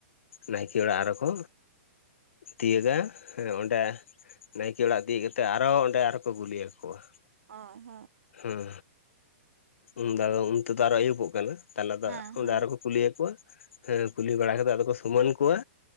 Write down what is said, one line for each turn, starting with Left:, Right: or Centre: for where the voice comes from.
Left: ᱱᱟᱭᱠᱮ ᱚᱲᱟᱜ ᱟᱨᱚᱠᱚ ᱛᱤᱭᱟᱹᱜᱟ ᱦᱮᱸ ᱚᱸᱰᱮ ᱱᱟᱭᱠᱮ ᱚᱲᱟᱜ ᱛᱤᱭᱟᱹᱜ ᱠᱟᱛᱮ ᱟᱨᱦᱚᱸ ᱚᱸᱰᱮ ᱟᱨᱚ ᱠᱚ ᱟᱜᱩᱞᱤᱭᱟᱠᱚᱣᱟ᱾
Right: ᱦᱳᱭ ᱦᱳᱭ᱾
Left: ᱦᱮᱸ ᱩᱱ ᱫᱚ ᱩᱱ ᱛᱮᱫᱚ ᱟᱨᱚ ᱟᱹᱭᱩᱵᱚᱜ ᱠᱟᱱᱟ ᱛᱟᱞᱦᱮ ᱫᱚ
Right: ᱦᱮᱸ ᱦᱮᱸ
Left: ᱚᱸᱰᱮ
Right: ᱦᱮᱸ
Left: ᱟᱨᱚ ᱠᱚ ᱠᱩᱞᱤᱭ ᱟᱠᱚᱣᱟ ᱦᱮᱸ ᱠᱩᱞᱤ ᱵᱟᱲᱟ ᱠᱟᱛᱮ ᱟᱫᱚ ᱠᱚ ᱥᱩᱢᱟᱹᱱ ᱠᱚᱣᱟ᱾